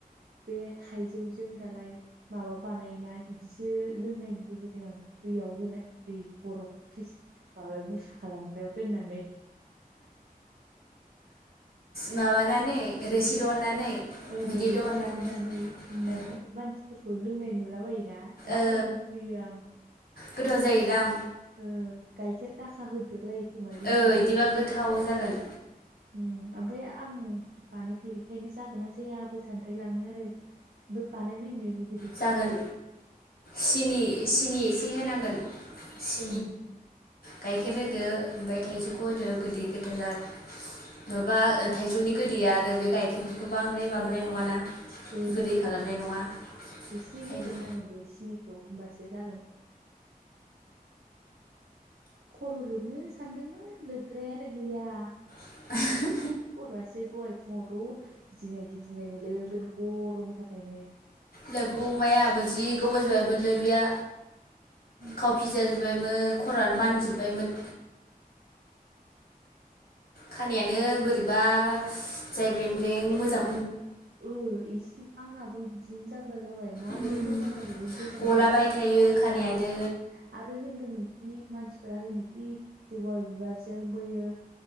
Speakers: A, on the right (about 85°); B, on the left (about 75°).
A: बे थाइजौजों दालाय माबा बानायोना बिदि बिदिसो लोंनायनो लुबैदों आं दैयाव होनाय दै बरफ फ्रिस माबायाव गुसु खालामगोन दोनानै
B: मा बानानै रोसि दहननानै
A: ओ
B: बिदै
A: ओरै
B: दहननानै
A: सिथ दोहोनानै ओ
B: औ
A: मानसिफोरखौ लोंनाय नुलाबायो दा जा
B: ओ
A: लोंनो लुबैयो आं।
B: गोथाव जायोदां
A: ओ गायखेर दाखा होदेरलायो खोमालै
B: ओ
A: मालाय
B: इदिबा गोथाव जागोन
A: उम ओमफाय आं बानायफेरिखायनो जागोन ना जाया बो सानद्राय लाङो आरो बो बानायनायनो लुब
B: जागोन सिनि सिनि एसे होनांगोन सि
A: उम
B: गाइखेर होदो ओमफाय थाइजौखौ होदो गोदै गोथाव जागोन। नबा ओ थाइजौनि गोदैया आरो बे गाइखेरखौ बांद्राय माबानाय नङाना
A: ओ
B: गोदै खालामनाय नङा।
A: एसे
B: ओंखायनो
A: होदेरनांगोन बे सिनिखौ होमबासो जागोन। खर' लोबनो सानदोंमोन लोबग्रायानो गैया।
B: <inaudible>
A: खर'आसो दहाय फुङावथ' गिदिंनाय गिदिंनाय मोनलायबाय बे गरमनि थाखायनो
B: लोबगबाय आंहाबो जि गोबाव जाबाय मोन लोबिया।
A: उम
B: खावफि जाजोबायमोन खरानो मानजोबायमोन। खानायानो बोरैबा जायब्रें ब्रें मोजां
A: ओ ओ एसे आंनाबो बिदिनो जाग ग्रा जाबाय मारै
B: उम
A: मोजां जाबावोनसो सानबाय
B: गलाबाय थायो
A: मा खालामबा
B: खानायानो
A: आरो होनदोंमोनखि नि मानस फोरा होनोखि जबा बिबारजों बोयो